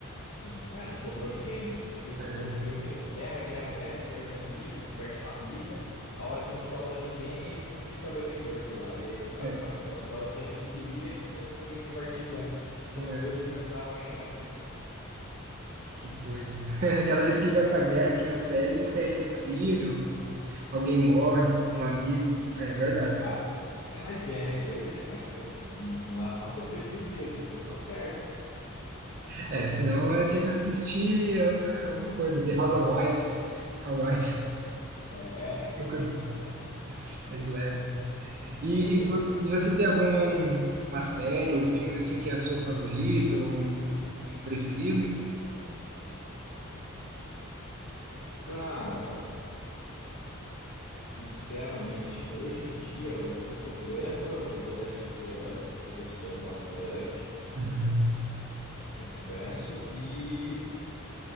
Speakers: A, on the left; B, on the right.
A: Sim, é, não sobrou ninguém. Você vê
B: É,
A: o filme, é guerra, guerra, guerra, ele perde amigo, ele perde família. A hora que não sobra ninguém, ele conquista a Bebemberg lá. E aí, aí
B: é,
A: o cara fala, meu, agora eu tenho o que eu queria e não tenho com quem compartilhar. Que são
B: é.
A: os meus que me ajudaram a chegar aqui.
B: que coisa. <laughs> Cada vez que ele vai pra guerra aqui na série, ele perde um filho, alguém morre, um amigo. É verdade.
A: Né? Ah, mas, é, mas guerra é isso aí, né, cara? Tipo, não, não, não era pra ser feliz mesmo, então tá certo.
B: É, senão eu tinha que assistir outra- alguma coisa. The House of Wives. House of Wives.
A: É, é, então,
B: <laughs>
A: exatamente.
B: Mais leve. E,
A: Essa
B: e
A: é
B: vo-
A: a ideia.
B: e você tem alguma série ou filme assim que é seu favorito, um, um preferido?
A: Cara, Sinceramente, hoje em dia, o que eu tô vendo é o The Last of Us, tô gostando bastante,
B: Uhum.
A: confesso, e